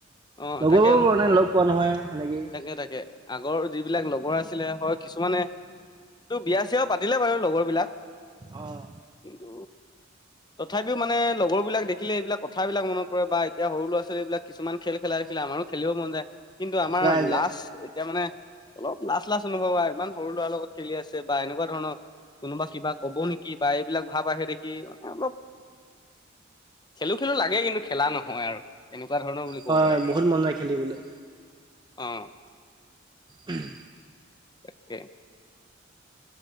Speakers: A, on the left (about 20°); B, on the right (about 25°).
A: অ
B: লগৰবোৰ
A: তাকে
B: মানে লগ পোৱা নহয় সেনেকেই
A: তাকে তাকে আগৰ যিবিলাক লগৰ আছিলে হয় কিছুমানে বিয়া চিয়াও পাতিলে বাৰু লগৰ বিলাক
B: অঁ
A: কিন্তু তথাপিও মানে লগৰবিলাক দেখিলে এইবিলাক কথাবিলাক মনত কৰে বা এতিয়া সৰু ল'ৰা ছোৱালীবিলাক কিছুমান খেল খেলা দেখিলে আমাৰ আৰু খেলিব মন যায় কিন্তু আমাৰ
B: যায় যায়
A: লাষ্ট এতিয়া মানে অলপ লাজ লাজ অনুভব হয় ইমান সৰু ল'ৰাৰ লগত খেলি আছে বা এনেকুৱা ধৰণৰ <unintelligible> কোনোবা কিবা কব নেকি বা এইবিলাক ভাৱ আহে দেখি মানে অলপ খেলো খেলো লাগে কিন্তু খেলা নহয় আৰু তেনেকুৱা কা ধৰণৰ বুলি
B: হয়
A: ক'ব পাৰি।
B: হয় বহুত মন যায় খেলিবলৈ
A: অ।
B: উম।
A: তাকে